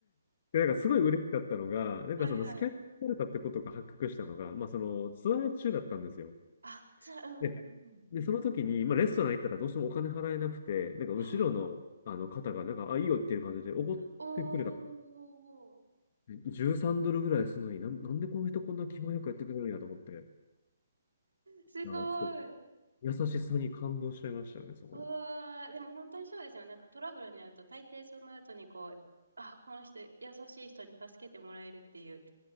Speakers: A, on the left (about 45°); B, on the right (about 80°).
A: で、なんかすごい嬉しかったのが、なんかそのスキャンされたってことが発覚したのが、
B: はいはい。
A: まあそのツアー中だったんですよ。
B: あ、じゃあ、うんうんうん。
A: で、で、その時に、まあレストラン行ったらどうしてもお金払えなくて、なんか後ろのあの方が、
B: ああ。
A: なんか、あ、いいよっていう感じでおごってくれた。
B: おー。
A: 13ドルぐらいするのになん、なんでこの人こんな気前よくやってくれるんやと思って、
B: すご
A: あ、ちょっと
B: い。
A: 優しさに感動しちゃいましたよね、そこの。
B: うわー。でも本当にそうですよね。なんかトラブルに遭うと、大抵その後にこう、あ、この人、優しい人に助けてもらえるっていう